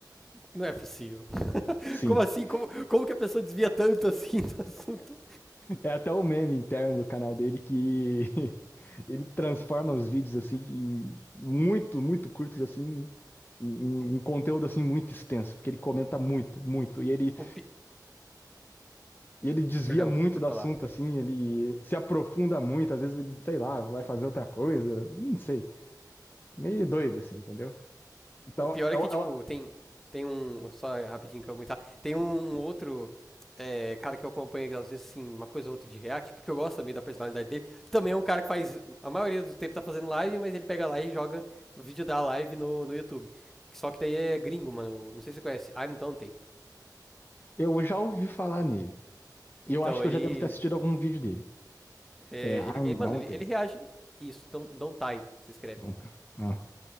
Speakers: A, in the centre; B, on the left.
A: Não é possível. <laughs>
B: Sim.
A: Como assim?
B: <laughs>
A: Como, como que a pessoa desvia tanto, assim, <laughs> do assunto?
B: É até o meme interno do canal dele que <laughs> ele transforma os vídeos assim em muito, muito curtos assim em, em- em um conteúdo assim muito extenso, porque ele comenta muito, muito e ele
A: O pi...
B: e ele desvia
A: Perdão,
B: muito
A: pode
B: do
A: falar.
B: assunto assim, ele se aprofunda muito, às vezes, ele, sei lá, vai fazer outra coisa, não sei. Meio doido assim, entendeu? Então,
A: O pior
B: eu,
A: é que,
B: eu,
A: tipo, tem, tem um. Só rapidinho que eu vou comentar. Tem um, um outro é, cara que eu acompanho, que às vezes, assim, uma coisa ou outra de React, porque eu gosto também da personalidade dele. Que também é um cara que faz. A maioria do tempo tá fazendo live, mas ele pega lá e joga o vídeo da live no, no YouTube. Só que daí é gringo, mano. Não sei se você conhece. I'm Dante.
B: eu já ouvi falar nele.
A: Então,
B: E eu acho que
A: ele.
B: eu já devo ter assistido algum vídeo dele.
A: é,
B: É, I'm
A: ele, ele- mano,
B: Dante.
A: ele, ele reage. Isso, Don- Dontai, se escreve.
B: Dante. Ah.